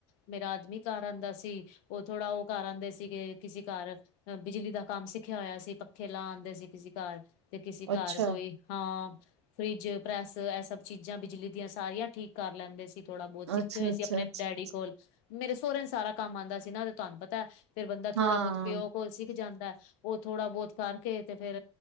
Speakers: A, on the left; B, on the right.
A: ਮੇਰਾ ਆਦਮੀ ਘਰ ਆਦਾ ਸੀ, ਉਹ ਥੋੜ੍ਹਾ ਉਹ ਘਰ ਆਦੇ ਸੀਗੇ ਕਿਸੇ ਘਰ ਅ ਬਿਜਲੀ ਦਾ ਕੰਮ ਸਿੱਖਿਆ ਹੋਇਆ ਸੀ ਪੱਖੇ ਲਾ ਆਦੇ ਸੀਗੇ ਕਿਸੇ ਘਰ ਤੇ ਕਿਸੇ
B: ਅੱਛਾ
A: ਘਰ ਕੋਈ ਹਾਂ, ਫਰਿੱਜ ਪ੍ਰੈਸ ਇਹ ਸਭ ਚੀਜ਼ਾਂ ਬਿਜਲੀ ਦੀਆਂ ਸਾਰੀਆਂ ਠੀਕ ਕਰ ਲੈਂਦੇ ਸੀ। ਥੋੜਾ ਬਹੁਤ ਸਿੱਖੇ
B: ਅੱਛਾ
A: ਹੋਏ
B: ਅੱਛਾ
A: ਸੀ ਆਪਣੇ
B: ਅੱਛਾ
A: ਡੈਡੀ ਕੋਲ, ਮੇਰੇ ਸਹੁਰਿਆਂ ਨੂੰ ਸਾਰਾ ਕੰਮ ਆਦਾ ਸੀ ਨਾ ਉਹ ਤੁਹਾਨੂੰ ਪਤਾ ਫੇਰ ਬੰਦਾ
B: ਹਾਂ
A: ਥੋੜਾ ਬਹੁਤ ਪਿਓ ਕੋਲ ਸਿੱਖ ਜਾਂਦਾ, ਉਹ ਥੋੜਾ ਬਹੁਤ ਕਰਕੇ ਤੇ ਫੇਰ